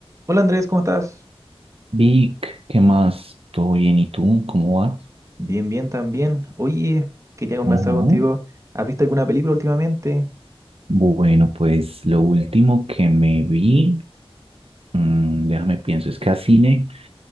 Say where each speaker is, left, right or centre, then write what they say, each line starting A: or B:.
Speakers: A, on the right (about 30°); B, on the right (about 65°).
A: Hola Andrés, ¿cómo estás?
B: Vic, ¿qué más? ¿Todo bien? ¿Y tú? ¿Cómo vas?
A: Bien, bien también. Oye, quería conversar
B: Ujú.
A: contigo. ¿Has visto alguna película últimamente?
B: Bueno, pues lo último que me vi, mm, déjame pienso, es que a cine,